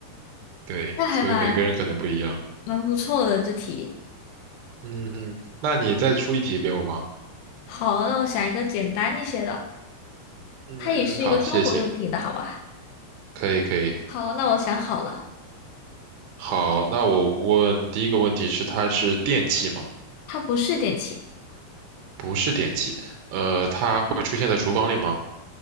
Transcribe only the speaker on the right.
对，
所以每个人可能不一样，
嗯哼，那你再出一题给我吧。
嗯，
好，谢谢，
可以可以。
好，那我问第一个问题是，它是电器吗？
不是电器。呃，它会出现在厨房里吗？